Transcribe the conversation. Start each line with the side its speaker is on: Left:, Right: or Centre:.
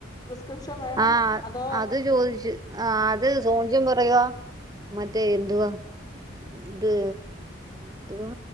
Left: പ്രിസ്ക്രിപ്ഷൻ വേണോ
Right: ആഹ്
Left: അതോ
Right: അത് ചോദിച്ചു ആ അത് സോൺചൻ പറയ മറ്റേ എന്തുവാ ഇത് എതുവാ